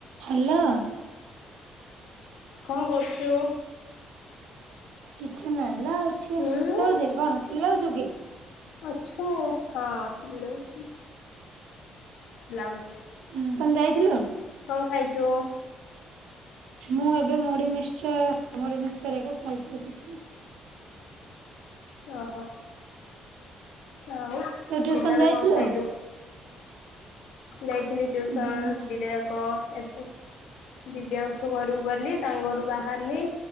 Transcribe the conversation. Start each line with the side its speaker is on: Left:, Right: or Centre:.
Right: Hello.
Left: କଣ କରୁଚୁ?
Right: କିଛି ନାହିଁଲା ଅଛି
Left: ହୁଁ
Right: ତ କଣ ଚିଲଉଛୁ କି।
Left: ଅଛୁ ହଁ ସିଲଉଛି ବ୍ଲାଉଜ।
Right: ହୁଁ ତମେ ଯାଇଥିଲ?
Left: କଣ ଖାଇଚୁ?
Right: ମୁଁ ଏବେ ମୁଢ଼ି ମିଶ୍ଚର୍ ମୁଢ଼ି ମିଶ୍ଚର ଏବେ ଖାଇକି ଉଠୁଛି।
Left: ଓହୋ ଆଉ
Right: ତୁ ଟ୍ୟୁସନ
Left: ଦିନରେ
Right: ଯାଇଥିଲୁ
Left: କଣ ଖାଇଲୁ? ଯାଇଥିଲି ଟ୍ୟୁସନ
Right: ଦିନ
Left: ଦିଟାଯାକ ଏପୁ ଦିବ୍ୟାଂଶୁ ଘରକୁ ଗଲି ତାଙ୍କ ଘରୁ ବାହାରିଲି।